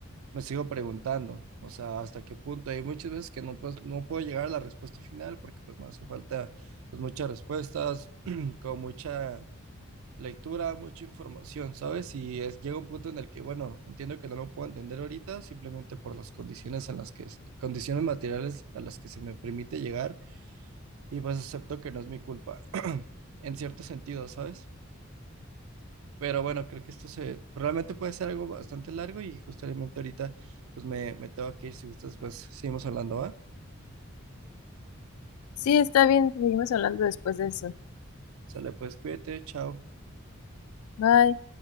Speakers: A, on the right; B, on the left.
A: me sigo preguntando, o sea, hasta qué punto. Hay muchas veces que no, pues, no puedo llegar a la respuesta final porque pues me hace falta pues muchas respuestas, <clears throat> con mucha lectura, mucha información, ¿sabes? Y es, llega un punto en el que, bueno, entiendo que no lo puedo entender ahorita simplemente por las condiciones en las que, est- condiciones materiales a las que se me permite llegar y pues acepto que no es mi culpa, <clears throat> en cierto sentido, ¿sabes? Pero bueno, creo que esto se realmente puede ser algo bastante largo y justamente ahorita pues me, me tengo que ir, si gustas, pues seguimos hablando, ¿va?
B: Sí, está bien, seguimos hablando después de eso.
A: Sale, pues cuídate, chao.
B: Bye.